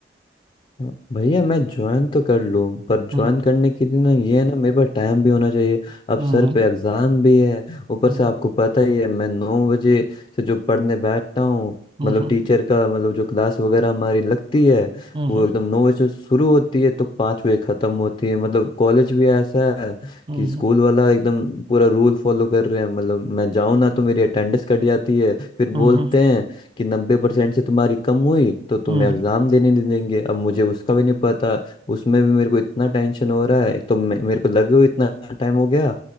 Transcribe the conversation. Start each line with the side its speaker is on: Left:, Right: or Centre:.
Left: हाँ, भैया मैं ज्वाइन तो कर लूँ पर ज्वाइन
Right: हम्म
Left: करने के लिए ना ये है ना मेरे पास टाइम भी होना चाहिए अब
Right: हम्म
Left: सर पे एग्ज़ाम भी है ऊपर
Right: हम्म
Left: से आपको पता ही है मैं नौ बजे से जो पढ़ने बैठता हूँ
Right: हम्म
Left: मतलब टीचर का मतलब जो क्लास वगैरह हमारी लगती है
Right: हम्म
Left: वो एकदम नौ बजे से शुरू होती है तो पाँच बजे ख़त्म होती है मतलब कॉलेज भी ऐसा है
Right: हम्म
Left: कि स्कूल वाला एकदम पूरा रूल फॉलो कर रहे हैं मतलब मैं जाऊँ ना तो मेरी अटेंडेंस कट जाती है फिर
Right: हम्म
Left: बोलते हैं कि नब्बे परसेंट से तुम्हारी कम हुई तो तुम्हें
Right: हम्म
Left: एग्जाम देने नहीं देंगे अब मुझे उसका भी नहीं पता उसमें भी मेरे को इतना टेंशन हो रहा है एक तो मे- मेरे को लगे हुए इतना टाइम हो गया